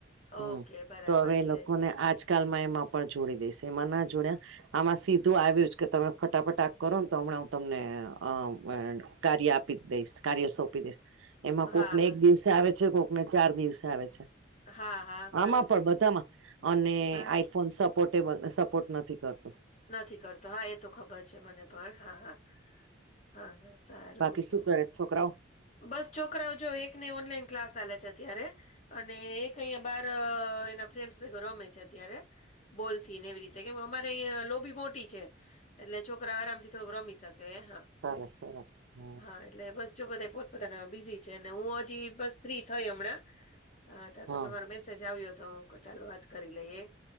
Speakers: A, on the left; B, on the right.
A: ઓકે,
B: હમ
A: બરાબર
B: તો હવે એ
A: છે.
B: લોકો ને આજ. આજકાલમાં એમાં પણ જોડી દઈશ એમાં ના જોડયા આમાં સીધું આવ્યું કે તમે ફટાફટા કરો ને તો હમણાં હું તમને અ કાર્ય આપી દઈશ કાર્ય સોંપી દઈશ. એમાં
A: હા,
B: કોક ને
A: હા,
B: એક દિવસે આવે છે કોકને ચાર દિવસે આવે છે.
A: હા, હા,
B: આમાં
A: બરાબર
B: પણ બધામાં
A: છે.
B: અને
A: હા,
B: આઈ ફોન સપોર્ટેબલ સપોર્ટ નથી કરતો.
A: નથી કરતો હા એ તો ખબર છે મને પણ હા હા. હા હા સારું
B: બાકી શું
A: તો
B: કરે છોકરાઓ
A: બસ છોકરાઓ જો એકને ઓનલાઈન ક્લાસ ચાલે છે અત્યારે અને એક અહીંયા બાર એ ફ્રેન્ડ ભ રમે છે અત્યારે બોલ થી ને એવી રીતે કેમ અમારે અં લોબી મોટી. એટલે છોકરા આરામથી થોડુંક રમી શકે હા
B: સરસ સરસ હ
A: હા એટલે બસ. બધા પોતપતાના બિઝી છે અને હું હજી બસ ફ્રી થઈ હમણાં
B: હા
A: તો તમા જાવઓ તો ચાલુ વાત કરી લઈએ